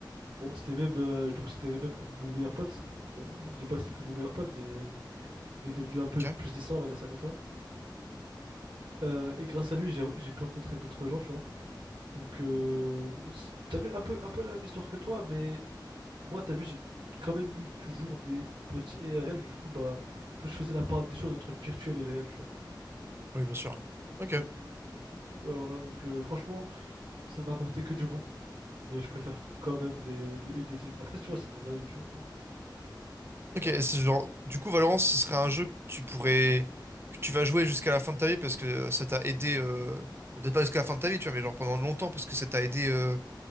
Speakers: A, on the right; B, on the right.
A: Bon, c'était même, euh, je le considérais même comme mon meilleur pote. Bon, je dis pas que c'est plus mon meilleur pote, mais vas-y. Il est devenu un peu
B: Ok,
A: plus décent, on va dire ça comme ça. Euh, et grâce à lui, j'ai j'ai pu rencontrer d'autres gens, tu vois. Donc, euh, c'est- t'as vu un peu, un peu la même histoire que toi, mais moi, t'as vu, j'ai quand même eu toujours des petits IRL. Du coup, bah, tu vois, je faisais la part des choses entre le virtuel et le réel, tu vois.
B: oui, bien sûr. Ok,
A: Donc, euh, ouais, voilà. Donc, euh, franchement, ça m'a apporté que du bon, mais je préfère quand même les, le le dating. Après, tu vois, c'est mon avis, tu vois. Mais, tu
B: ok.
A: vois,
B: et c'est genre, du coup, Valorant, ce serait un jeu que tu pourrais, que tu vas jouer jusqu'à la fin de ta vie parce que euh, ça t'a aidé. Euh... bon, Peut-être pas jusqu'à la fin de ta vie, tu vois, mais genre pendant longtemps parce que ça t'a aidé euh,